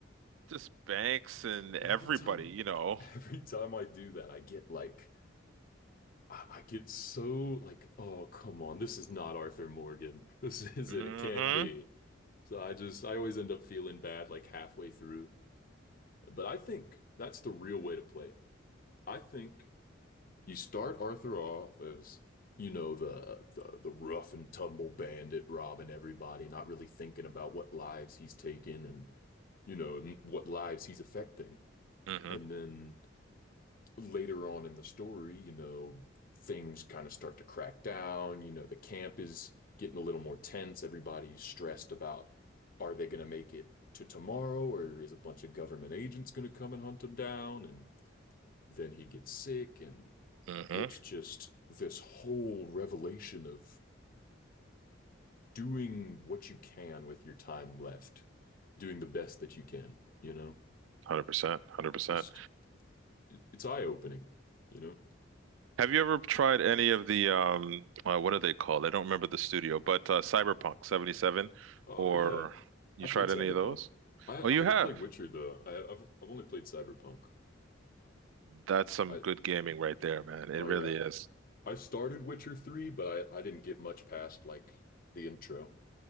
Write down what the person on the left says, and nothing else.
Every time,
<laughs> every time I do that, I get like, I, I get so like, oh, come on. This is not Arthur Morgan. <laughs> This isn't,
it can't be. So I just, I always end up feeling bad like halfway through. But I think that's the real way to play it. I think. You start Arthur off as, you know, the, the the rough and tumble bandit robbing everybody, not really thinking about what lives he's taken and, you know, n- what lives he's affecting.
And then later on in the story, you know, things kind of start to crack down. You know, the camp is getting a little more tense. Everybody's stressed about are they going to make it to tomorrow or is a bunch of government agents going to come and hunt him down? And then he gets sick and
it's just this whole revelation of doing what you can with your time left, doing the best that you can, you know?
It's just, it, it's eye-opening, you know?
Oh,
yeah.
I
played Cyberpunk.
I,
I haven't
played Witcher, though. I, I've, I've only played Cyberpunk.
I,
oh,
yeah.
I started Witcher 3, but I, I didn't get much past, like, the intro.